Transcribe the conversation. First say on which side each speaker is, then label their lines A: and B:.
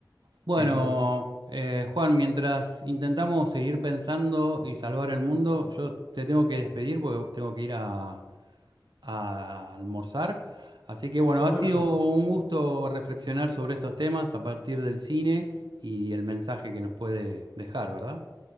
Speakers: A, on the right; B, on the right.
A: Bueno,
B: Sí. M-
A: eh, Juan, mientras intentamos seguir pensando y salvar el mundo, yo te tengo que despedir porque tengo que ir a a almorzar. Así que bueno, ha
B: Muy,
A: sido un gusto reflexionar sobre estos temas a partir del cine y el mensaje que nos puede dejar, ¿verdad?